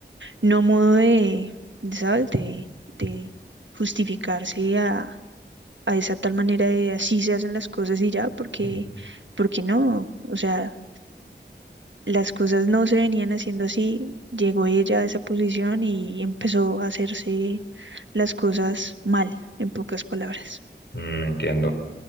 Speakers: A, on the right (about 85°); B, on the left (about 75°).
A: no modo de, de, ¿sabes? De, de justificarse a, a esa tal manera de así se hacen las cosas y ya, porque,
B: Ujú.
A: porque no, o sea las cosas no se venían haciendo así, llegó ella a esa posición y empezó a hacerse las cosas mal, en pocas palabras.
B: Mm, entiendo.